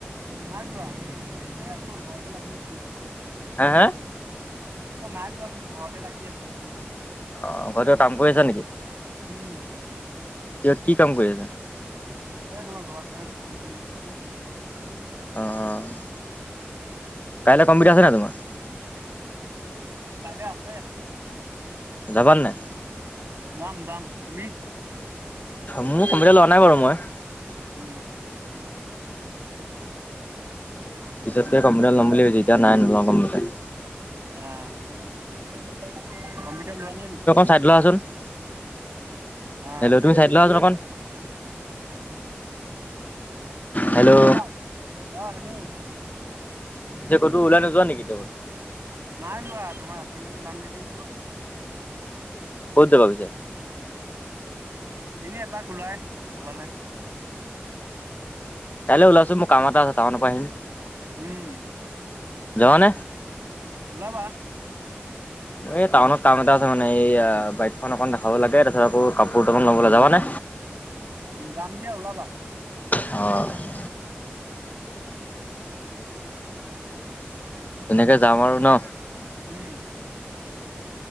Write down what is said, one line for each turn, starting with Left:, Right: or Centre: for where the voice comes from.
Right: নাই যোৱা, এ তোমাৰ ঘৰতে লাগি আছিলোহি।
Left: হা- হা।
Right: অ', নাই যোৱা বোলো, ঘৰতে লাগি আছিলোঁ।
Left: অ', ঘৰতে কাম কৰি আছ নেকি।
Right: উম।
Left: কিবা কি কাম কৰি আছা।
Right: এই তোমাৰ ঘৰ ফালে দোকান খুলি আছো যে।
Left: অ', কাইলে কম্পিউটাৰ আছে নে তোমাৰ।
Right: কাইলে আছে।
Left: যাবা নাই।
Right: যাম-যাম, তুমি।
Left: মোৰ কম্পিউটাৰ লোৱা নাই বাৰু মই।
Right: উম।
Left: পিছতকে কম্পিউটাৰ ল'ম বুলি ভাবিছো, এতিয়া নাই নলওঁ কম্পিউটাৰ।
Right: আ কম্পিউটাৰ লোৱা নাই নেক
Left: <unintelligible> লোৱাচোন। <unintelligible>
Right: আহ
Left: তুমি চাইড লোৱাচোন অকণ। হেল্ল'
Right: কোৱা। অ হেল্ল'।
Left: এতিয়া ক'তো ওলাই নোযোৱা নেকি এতিয়া বৰ্তমান?
Right: নাই যোৱা তোমাৰ <unintelligible>
Left: ক'ত যাবা পিছে?
Right: <unintelligible> এনে এপাক ওলাই ক'বালে।
Left: কাইলে ওলাবাচোন মোৰ কাম এটা আছে টাউনৰ পৰা আহিম।
Right: উম,
Left: যাবানে
Right: ওলাবা।
Left: এ টাউনত কাম এটা আছে মানে এইয়া বাইকখন অকন দেখাব লাগে, তাৰপিছত আক' কাপোৰ দুটামান ল'ব লাগে। যাবানে?
Right: উ যাম দিয়া ওলাবা।
Left: অ। তেনেকে যাম আৰু ন?
Right: উম।